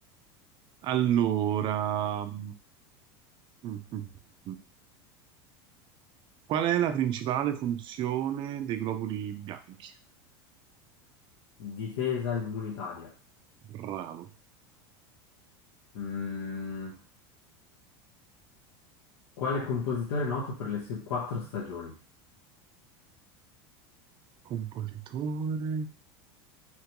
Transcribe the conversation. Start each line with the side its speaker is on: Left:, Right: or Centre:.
Right: Allora, <laughs> mhm. qual è la principale funzione dei globuli bianchi?
Left: Difesa immunitaria.
Right: Bravo.
Left: Mm, quale compositore è noto per le sue quattro stagioni?
Right: Compositore